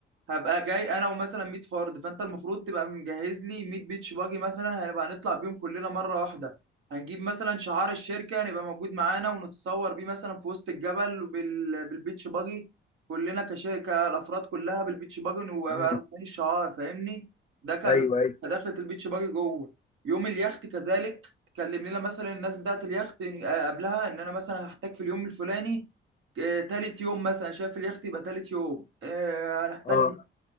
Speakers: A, on the right (about 75°); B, on the left (about 35°).
A: هبقى جاي انا ومثلا 100 فرد فانت المفروض تبقى مجهز لي 100 بيتش باجي مثلا هنبقى هنطلع بيهم كلنا مره واحده هنجيب مثلا شعار الشركه هنبقى موجود معانا ونتصور بيه مثلا في وسط الجبل بال... بالبيتش باجي كلنا كشركه الافراد كلها بالبيتش باجي ونبقى
B: مم.
A: بقى رافعين الشعار فاهمني ده ك-
B: ايوه ايوه
A: كدخلة البيتش باجي جوه يوم اليخت كذلك تكلم لنا مثلا الناس بتاعه اليخت آه، قبلها ان انا مثلا هحتاج في اليوم الفلاني آه، تالت يوم مثلا شايف اليخت يبقى تالت يوم آه، هنحتاج
B: اه